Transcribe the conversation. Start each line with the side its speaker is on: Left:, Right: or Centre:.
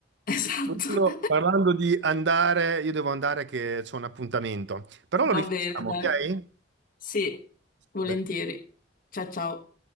Left: Esatto.
Right: Parlando,
Left: <laughs>
Right: parlando di andare, io devo andare che c'è un appuntamento, però
Left: Va
Right: lo rifacciamo,
Left: bene, dai.
Right: ok?
Left: Sì, volentieri.
Right: Beh.
Left: Ciao ciao.